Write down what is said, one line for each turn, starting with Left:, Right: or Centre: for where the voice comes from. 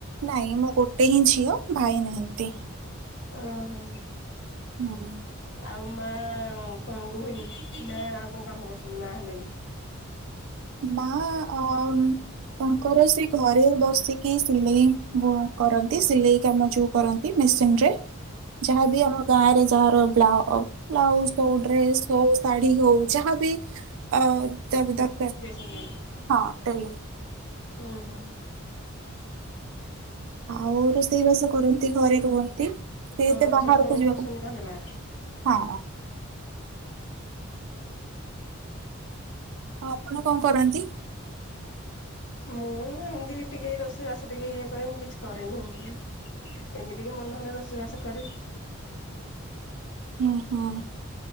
Right: ନାଇଁ ମୁଁ ଗୋଟେ ହିଁ ଝିଅ ଭାଇ ନାହାନ୍ତି।
Left: ଓ ହୋ।
Right: ହଁ
Left: ଆଉ ମା କଣ ଗୁହିଣୀ ନା ଆଉ କଣ କାମ କରୁଛନ୍ତି ମା ହେଲେ ବି?
Right: ମାଆ ଆ ଅମ୍ ତାଙ୍କର ସେ ଘରେ ବସିକି ସିଲେଇ କରନ୍ତି ସିଲେଇ କାମ ଯୋଉ କରନ୍ତି ମେସିନ ରେ ଯାହାଦେଇ ଆମ ଗାଁ ରେ ଯାହାର ବ୍ଲା ବ୍ଳାଉଜ ହଉ ଡ୍ରେସ୍ ହଉ ଶାଢ଼ୀ ହଉ ଯାହାବି ଅ ଦରକାର।
Left: ସୁନି।
Right: ହଟେଲ
Left: ହଁ ହଁ
Right: ଆଉ ରୋଷେଇ ବାସ କରନ୍ତି ଘରେ ରୁହନ୍ତି। ସେ
Left: ଓ
Right: ଏତେ ବାହାରକୁ
Left: ସବୁ କାମ
Right: ଯିବାକୁ
Left: କରୁଛନ୍ତି ତାହେଲେ ମା?
Right: ହଁ ହଁ ଆପଣ କଣ କରନ୍ତି?
Left: ମୁଁ ଏମିତି ଟିକେ ରୋଷେଇବାସ ଟିକେ ଇଏ କରେ ମୁଁ କିଛି କରେନି। ଏମିତି ଟିକେ ମନେ ହଲେ ରୋଷେଇବାସ କରେ।
Right: ଓୁ ହଁ